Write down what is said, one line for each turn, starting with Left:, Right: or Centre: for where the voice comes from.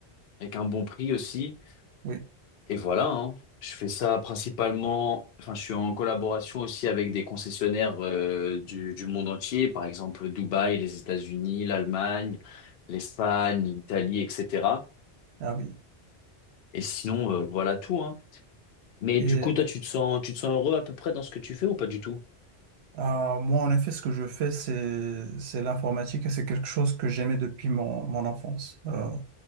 Left: avec un bon prix aussi.
Right: Oui.
Left: Et voilà, hein. Je fais ça principalement, enfin, je suis en collaboration aussi avec des concessionnaires euh, du, du monde entier, par exemple Dubaï, les États-Unis, l'Allemagne, l'Espagne, l'Italie, etc.
Right: Ah oui.
Left: Et sinon, euh, voilà tout, hein. Mais
Right: Et
Left: du coup, toi, tu te sens, tu te sens heureux à peu près dans ce que tu fais ou pas du tout?
Right: euh, moi, en effet, ce que je fais, c'est c'est l'informatique et c'est quelque chose que j'aimais depuis mon, mon enfance. Euh,